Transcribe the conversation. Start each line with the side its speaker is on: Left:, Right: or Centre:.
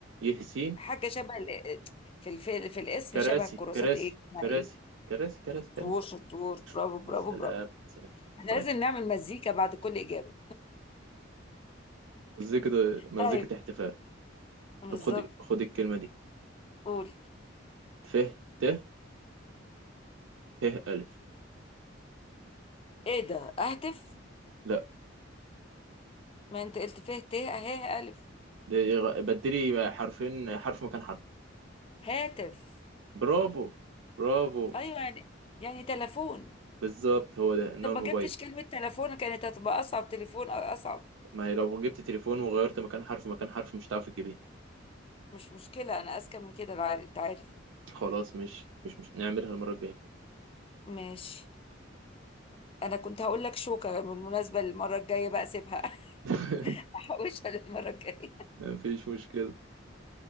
Right: ي س
Left: حاجه شبه ال- في الف... في الاسم
Right: كراسي
Left: شبه الكراسات
Right: كراسي
Left: ايه اسمها
Right: كراسي
Left: ايه
Right: كراسي كراسي
Left: شطور
Right: كراسي
Left: شطور برافو برافو
Right: يا سلام
Left: برافو
Right: سلام
Left: احنا
Right: طيب
Left: لازم نعمل مزيكا بعد كل اجابه
Right: مزيكة مزيكة
Left: طيب
Right: احتفال
Left: بالظبط
Right: طب خد خد الكلمة دي
Left: قول
Right: ف ت ه ألف
Left: ايه ده اهتف
Right: لا
Left: ما انت قلت فيه ت اهي الف
Right: دي غ- بدلي حرفين حرف مكان حرف
Left: هاتف
Right: برافو برافو
Left: ايوه يعني يعني تلفون
Right: بالظبط هو ده انه
Left: طب
Right: الموبايل
Left: ما جبتش كلمه تلفون كانت هتبقى اصعب تليفون اصعب
Right: ما هي لو جبت تليفون وغيرت مكان حرف مكان حرف مش هتعرف تجيبيه
Left: مش مشكلة أنا أذكى من كده الع- أنت عارف
Right: خلاص مش مش مش نعملها المرة الجاية
Left: ماشي أنا كنت هقول لك شوكة بالمناسبة المرة الجاية بقى سيبها
Right: <laughs>
Left: <laughs> أحوشها للمرة الجاية
Right: مفيش مشكلة